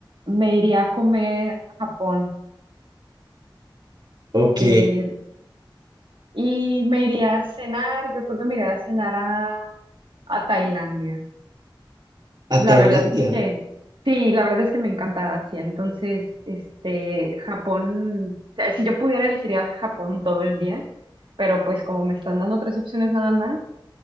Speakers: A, on the right; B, on the right.
A: Me iría a comer a Japón.
B: Ok.
A: eh, y me iría a cenar, yo creo que me iría a cenar a, a Tailandia.
B: A
A: La
B: Tailandia.
A: verdad es que, sí, la verdad es que me encanta Asia. Entonces, este, Japón, o sea, si yo pudiera elegiría Japón todo el día, pero pues como me están dando tres opciones nada más,